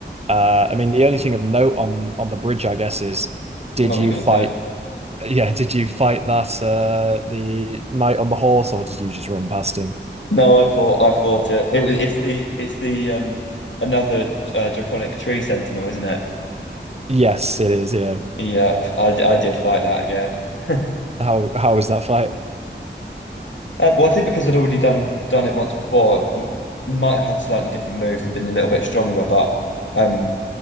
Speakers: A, on the right; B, on the left.
A: uh I mean the only thing of note on on the bridge I guess is did
B: I know what
A: you
B: you're gonna
A: fight
B: say.
A: <laughs> yeah did you fight that uh the knight on the horse or did you just run past him
B: No, I thought I thought it. It was it's the it's the um another uh, draconic tree sentinel, isn't it?
A: yes it is yeah
B: Yep, I, d- I did fight that again. <laughs>
A: how how was that fight
B: Um, well, I think because I'd already done done it once before, m- might have had slightly different moves and been a little bit stronger, but um,